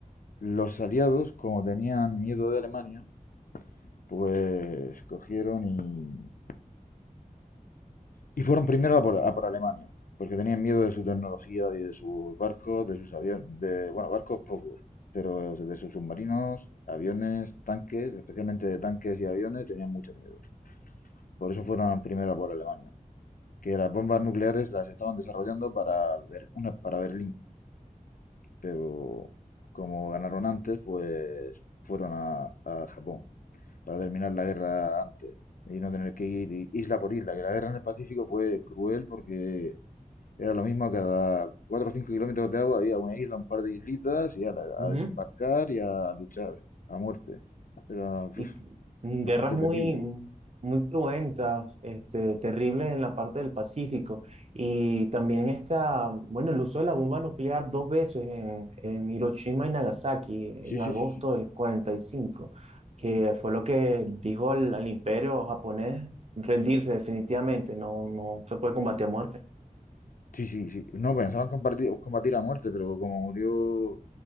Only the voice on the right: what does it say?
Ujú.
y guerras
muy,
muy cruentas, este, terribles en la parte del Pacífico. Y también está, bueno, el uso de la bomba nuclear dos veces en, en Hiroshima y Nagasaki en
agosto
del 45, que
fue lo que dijo al, al imperio japonés rendirse definitivamente, no, no se puede combatir a muerte.